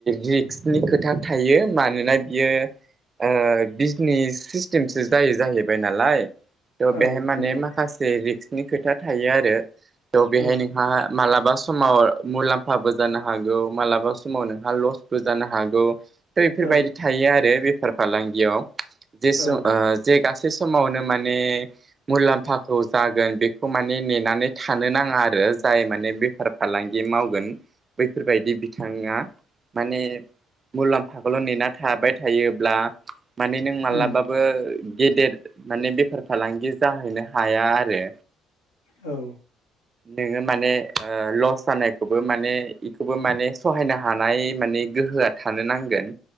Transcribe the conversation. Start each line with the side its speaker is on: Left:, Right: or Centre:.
Right: रिक्स नि खोथा थायो मानोना बियो ओ बिजनिस सिस्टेमसो जायो जाहैबाय नालाय। थ' बेहाय
Left: औ
Right: माने
Left: नंगौ
Right: माखासे रिक्स नि खोथा थायो आरो। थ' बेहाय
Left: औ
Right: नोंहा मालाबा स समाव मुलाम्फाबो जानो हागौ मालाबा समाव नोंहा लसबो जानो हागौ। बैफोरबायदि
Left: औ
Right: थायो आरो बे फार फालांगियाव जेस'
Left: औ
Right: ओ जे गासेस समावनो माने मुलाम्फाखौ जागोन बेखौ माने नेनानै थानो नाङा आरो जाय माने बेफार फालांगि मावगोन बैफोरबायदि बिथाङा माने मुलाम्फाखौल' नेना थाबाय थायोब्ला माने नों माब्लाबाबो
Left: उम
Right: गेदेर माने बेफार फालांगि जाहैनो हाया आरो।
Left: औ
Right: नोंङो माने लस जानायखौबो माने बेखौबो माने सहायनो हानाय माने गोहोआ थानो नांगोन।